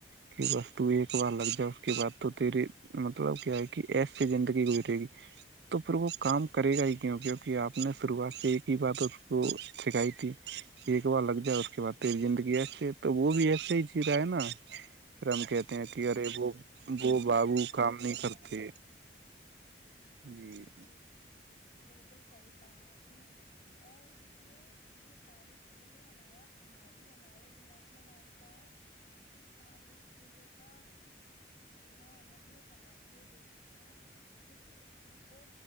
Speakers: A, on the right (about 70°); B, on the left (about 40°).
A: کہ وستو ایک بار لگ جائے اس کے بعد تو تیرے مطلب کیا ہے کہ ایسسی زندگی گزرے گی تو پھر وہ کام کرے گا ہی کیوں کیونکہ آپ نے شروعات سے ایک ہی بات اس کو سکھائی تھی ایک بار لگ جائے اس کے بعد تیری زندگی ایسی ہے تو وہ بھی ایسے ہی چی رہا ہے نا پھر ہم کہتے
B: جی
A: ہیں کہ
B: جی
A: ارے
B: جی
A: وہ
B: بالکل
A: وہ بابو
B: بالکل صحیح
A: کام نہیں
B: کہا
A: کرتے
B: آپ نے
A: جی
B: جی جی بالکل صحیح کہا آپ نے اور یہ یہ ساری چیزیں ہمارا سماج ہی ہمارے دماغ میں ڈالتا ہے ساری چیزوں کا گنااہ ہم اپنے سماج کو ہی دے سکتے ہیں کیونکہ وہ